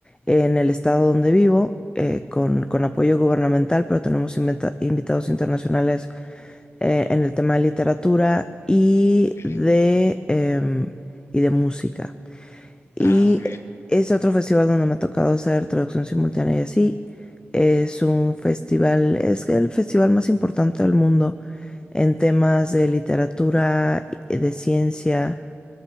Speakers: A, on the left (about 20°); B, on the left (about 65°).
A: en el estado donde vivo, eh, con, con apoyo gubernamental, pero tenemos inventa- invitados internacionales eh, en el tema de literatura y
B: ok.
A: de, em, y de música. Y
B: Ah, muy bien.
A: es otro festival donde me ha tocado hacer traducción simultánea y así. Es un festival, es el festival más importante del mundo en temas de literatura, de ciencia